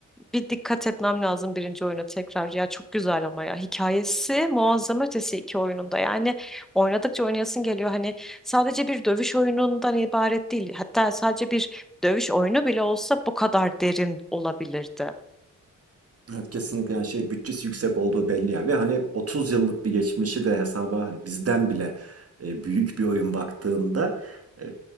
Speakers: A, in the centre; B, on the right.
A: bir dikkat etmem lazım birinci oyuna tekrar. Ya çok güzel ama ya. Hikayesi muazzam ötesi iki oyununda. Yani oynadıkça oynayasın geliyor. Hani sadece bir dövüş oyunundan ibaret değil. Hatta sadece bir dövüş oyunu bile olsa bu kadar derin olabilirdi.
B: Evet kesinlikle yani şey bütçesi yüksek olduğu belli yani ve hani 30 yıllık bir geçmişi de hesaba hani bizden bile e, büyük bir oyun baktığında e,